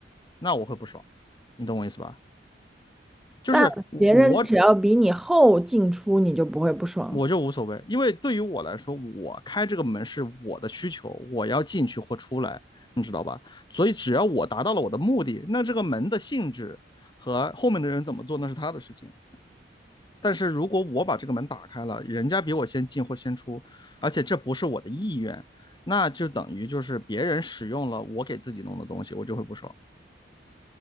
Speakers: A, on the left; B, in the centre.
A: 那我会不爽，你懂我意思吧？就是我
B: 但别人只要比你后进出，你就不会不爽。
A: 我就无所谓，因为对于我来说，我开这个门是我的需求，我要进去或出来，你知道吧？所以只要我达到了我的目的，那这个门的性质和后面的人怎么做，那是他的事情。但是如果我把这个门打开了，人家比我先进或先出，而且这不是我的意愿，那就等于就是别人使用了我给自己弄的东西，我就会不爽。